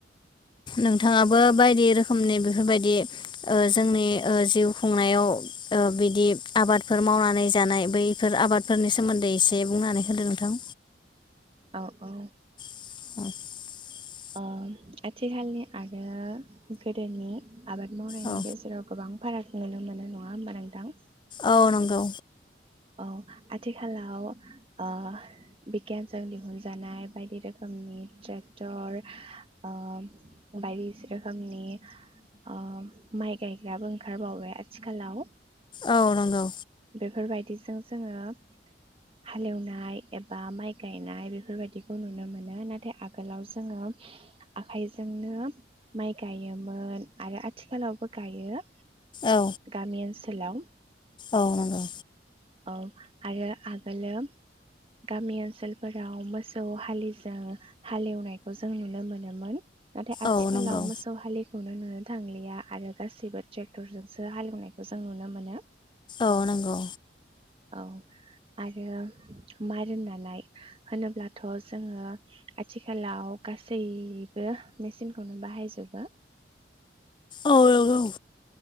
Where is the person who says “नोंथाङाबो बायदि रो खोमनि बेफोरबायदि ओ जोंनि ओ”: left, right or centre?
Left